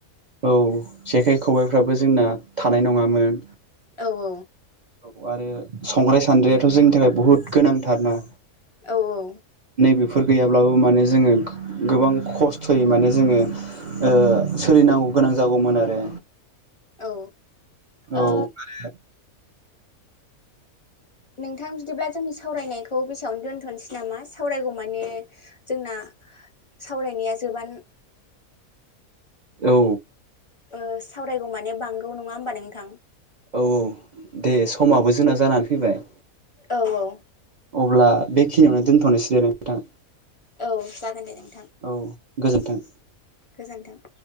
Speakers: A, on the right; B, on the left.
A: औ जेखाइ खबायफ्राबो जोंना थानाय नङामोन।
B: औ औ।
A: औ आरो संग्राय सान्द्रिायाथ' जोंनि थाखाय बुहुद गोनांथारना।
B: औ औ।
A: बिफोर गैयाब्लाबो माने जोङो गो-गोबां खस्थ'यै माने जोङो ओ सोलि नांगौ गोनां जागौमोन आरो।
B: औ।
A: औ
B: ओ
A: आरो
B: नोंथां बिदिब्ला जोंनि सावरायनायखौ बेसेयावनो दोन्थ'नसै नामा सावरायगौ माने जोंना
A: <inaudible>
B: सावरायनाया जोबान
A: औ।
B: ओ सावरायगौ माने बांगौ नङा होम्बा नोंथां?
A: औ औ दे समाबो जोंना जानानै फैबाय।
B: औ औ।
A: अब्ला बेखिनियावनो दोनथ'नोसै दे नोंथां
B: औ जागोन दे नों -
A: औ गोजोन्थों!
B: गोजोनथों